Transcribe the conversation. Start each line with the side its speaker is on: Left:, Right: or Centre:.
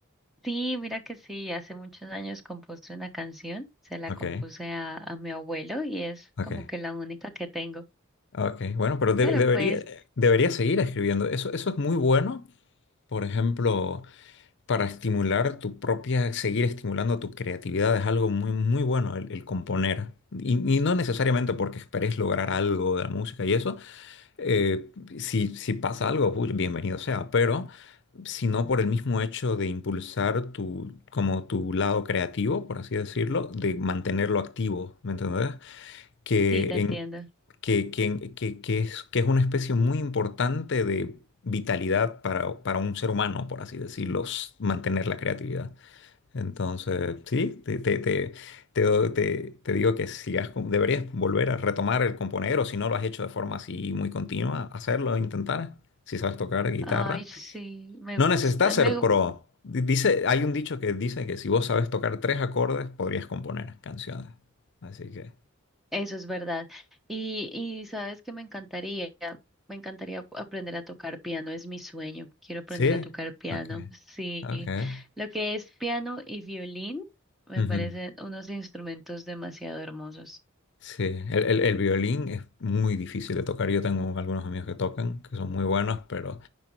Centre: Sí, mira que sí, hace muchos años compuse una canción, se la
Left: Ok,
Centre: compuse a, a mi abuelo y es
Left: ok,
Centre: como que la única que tengo.
Left: ok. Bueno, pero de-
Centre: Pero
Left: debería,
Centre: pues,
Left: debería seguir escribiendo. Eso, eso es muy bueno. Por ejemplo. para estimular tu propia, seguir estimulando tu creatividad es algo muy, muy bueno el, el componer. Y, y no necesariamente porque esperes lograr algo de la música y eso, eh, si, si pasa algo, uy, bienvenido sea, pero sino por el mismo hecho de impulsar tu, como tu lado creativo, por así decirlo, de mantenerlo activo, ¿me entendés? Que,
Centre: sí, te entiendo.
Left: en, que, que, en- que, que es, que es una especie muy importante de vitalidad para, para un ser humano, por así decirlo, s- mantener la creatividad. Entonces, sí, te, te, te, te, doy- te- te digo que sigas, con- deberías volver a retomar el componer, o si no lo has hecho de forma así muy continua, hacerlo, intentar, si sabes tocar guitarra.
Centre: Ay, sí, me
Left: No
Centre: gusta,
Left: necesitas
Centre: me,
Left: ser
Centre: gu-
Left: pro. Di- Dice, hay un dicho que dice que si vos sabes tocar tres acordes, podrías componer canciones. Así que,
Centre: eso es verdad. Y, y sabes que me encantaría, me encantaría ap- aprender a tocar piano, es mi sueño, quiero aprender
Left: sí,
Centre: a tocar piano.
Left: ok,
Centre: Sí,
Left: ok.
Centre: lo que es piano y violín me
Left: Ujú.
Centre: parecen unos instrumentos demasiado hermosos.
Left: Sí, el, el- el violín es muy difícil de tocar. Yo tengo algunos amigos que tocan, que son muy buenos, pero...